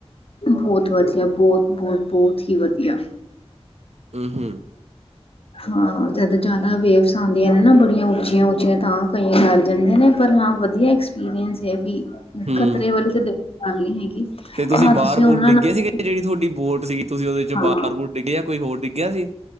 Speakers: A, on the left (about 60°); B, on the right (about 75°).
A: ਬਹੁਤ ਵਧੀਆ ਬਹੁਤ ਬਹੁਤ ਬਹੁਤ ਹੀ ਵਧੀਆ।
B: ਹੂੰ ਹੂੰ
A: ਹਾਂ ਜਦੋਂ ਜ਼ਿਆਦਾ ਵੇਵਸ ਆਉਂਦੀਆਂ ਨੇ ਨਾ ਬੜੀਆਂ ਉੱਚੀਆਂ ਉੱਚੀਆਂ ਤਾਂ ਕਈ ਡਰ ਜਾਂਦੇ ਨੇ ਪਰ ਹਾਂ ਵਧੀਆ ਐਕਸਪੀਰੀਅਂਸ ਹੈ ਵੀ
B: ਹੂੰ
A: ਖਤਰੇ ਵਾਲੀ ਤੇ ਕੋਈ ਗੱਲ ਨਹੀਂ ਹੈਗੀ।
B: ਤੇ ਤੁਸੀਂ
A: ਹਾਂ
B: ਬਾਰ
A: ਉਹਨਾਂ
B: ਬੂਰ ਡਿੱਗੇ
A: ਨਾਲ
B: ਸੀਗੇ ਜਿਹੜੀ ਤੁਹਾਡੀ ਬੋਟ ਸੀਗੀ ਤੁਸੀਂ ਉਹਦੇ ਚੋਂ
A: ਹਾਂ
B: ਬਾਰ ਬੂਰ ਡਿੱਗ ਯਾ ਕੋਈ ਹੋਰ ਡਿੱਗਿਆ ਸੀ।